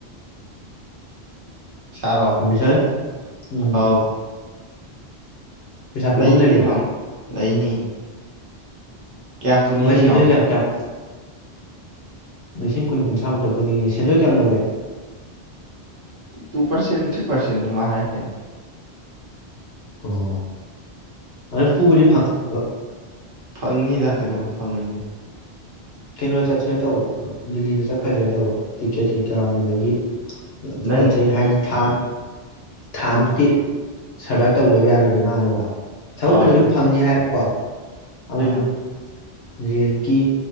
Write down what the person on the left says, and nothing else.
ꯄꯔꯃꯤꯁꯟ ꯎꯝ
ꯄꯩꯁꯥ ꯄꯨꯨꯕꯝ
ꯂꯩꯕ꯭ꯔꯣ
ꯃꯣꯏ ꯁꯦꯟꯗꯣꯏ ꯀꯌꯥ ꯀꯌꯥꯝ ꯂꯤꯁꯤꯡ ꯀꯨꯟ ꯀꯨꯟꯊ꯭ꯔꯥꯃꯨꯛꯇ ꯄꯨꯅꯤꯡꯉꯤ ꯁꯦꯟꯗꯣꯏ ꯀ꯭ꯌꯥꯝ ꯂꯧꯒꯦ
ꯑꯣ ꯑꯗꯨꯝ ꯄꯨꯕꯗꯤ ꯐꯪꯉꯕ
ꯀꯦꯅꯣ ꯆꯠꯁꯤꯔꯥ ꯇꯧꯕ ꯗꯤꯜꯂꯤꯗ ꯆꯠꯈ꯭ꯔꯁꯤꯔꯥ ꯇꯧꯕ ꯇꯤꯛꯀꯦꯠ ꯀꯩꯀꯥ ꯑꯗꯒꯤ
ꯄꯣꯠ ꯆꯩ ꯍꯥꯏꯗꯤ ꯊꯥ ꯊꯥꯃꯨꯛꯇꯤ
ꯁꯔꯚꯥꯏꯚ ꯇꯧꯗꯕ ꯌꯥꯔꯣꯏꯗꯅ ꯑꯗ ꯀꯣ ꯊꯕꯛ
ꯄꯨꯗꯤ ꯑꯗꯨꯝ ꯐꯪꯅꯤ ꯍꯥꯏ ꯕ ꯑꯗꯨꯁꯨ
ꯔꯦꯟꯀꯤ